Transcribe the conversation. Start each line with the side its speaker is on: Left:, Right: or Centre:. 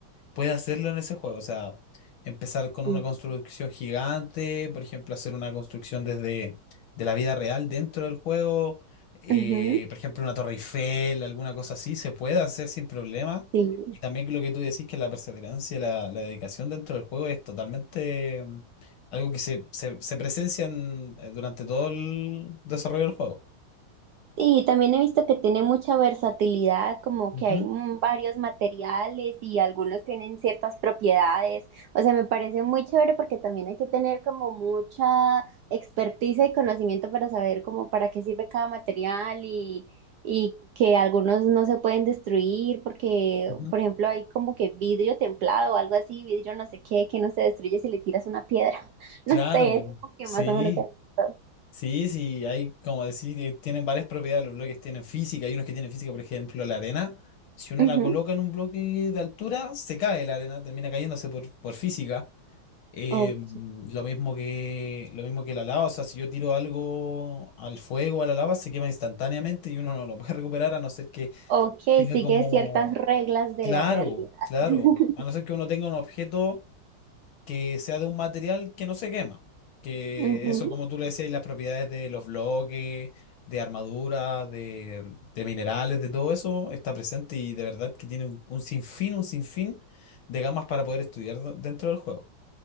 Left: puede hacerlo en ese juego. O sea, empezar con
Right: Sí.
Left: una construcción gigante, por ejemplo, hacer una construcción desde de la vida real dentro del juego, eh,
Right: ujú,
Left: por ejemplo, una torre Eiffel, alguna cosa así, se puede hacer sin problema.
Right: sí.
Left: Y también lo que tú decís, que la perseverancia y la, la dedicación dentro del juego es totalmente mm, algo que se, se, se presencia en- eh, durante todo el desarrollo del juego.
Right: Sí, también he visto que tiene mucha versatilidad, como
Left: Ujú,
Right: que hay mm, varios materiales y algunos tienen ciertas propiedades. O sea, me parece muy chévere porque también hay que tener como mucha experticia y conocimiento para saber como para qué sirve cada material y, y que algunos no se pueden destruir porque,
Left: ujú.
Right: por ejemplo, hay como que vidrio templado o algo así, vidrio no sé qué, que no se destruye si le tiras una piedra. <laughs>
Left: Claro,
Right: No sé, es como que
Left: sí.
Right: más o menos he visto.
Left: Sí, sí, hay, como decir, eh, tienen varias propiedades, los bloques tienen física, hay unos que tienen física, por ejemplo, la arena. Si uno
Right: Ujú.
Left: la coloca en un bloque de altura, se cae la arena, termina cayéndose por, por física. Eh,
Right: Ok.
Left: mm, lo mismo que, lo mismo que la lava, o sea, si yo tiro algo al fuego, a la lava, se quema instantáneamente y uno no lo puede <laughs> recuperar a no ser que
Right: Ok,
Left: tenga
Right: sigue
Left: como,
Right: ciertas reglas de
Left: claro,
Right: la realidad.
Left: claro,
Right: <laughs>
Left: a no ser que uno tenga un objeto que sea de un material que no se quema. Que
Right: Ujú.
Left: eso, como tú le decías, y las propiedades de los bloques, de armadura, de, de minerales, de todo eso, está presente y de verdad que tiene un, un sinfín, un sinfín de gamas para poder estudiar do- dentro del juego.